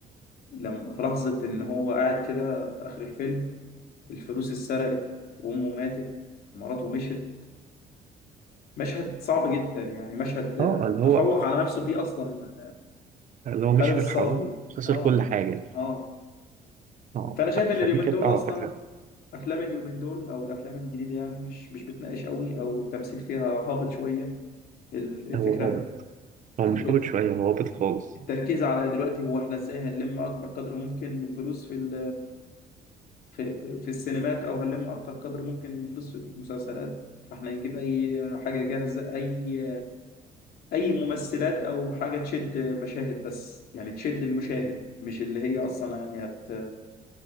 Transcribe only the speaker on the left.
لما في لحظة إن هو قاعد كده في آخر الفيلم الفلوس اتسرقت وأمه ماتت مراته مشت مشهد صعب جدا يعني مشهد آه،
تفوق على نفسه فيه أصلا
خالد
الصاوي
آه
آه
فأنا شايف
إن
اليومين
دول
أصلا
أفلام اليومين دول أو الأفلام الجديدة يعني مش مش بتناقش قوي أو التمثيل فيها هابط شوية ال- الفكرة
ال-
ال-
التركيز على دلوقتي هو إحنا إزاي هنلم أكبر قدر ممكن من الفلوس في ال في, في في السينمات او هنلم اكتر قدر ممكن من فلوس في المسلسلات فاحنا نجيب اي حاجه جاهزه اي اي ممثلات او حاجه تشد مشاهد بس يعني تشد المشاهد مش اللي هي اصلا يعني هت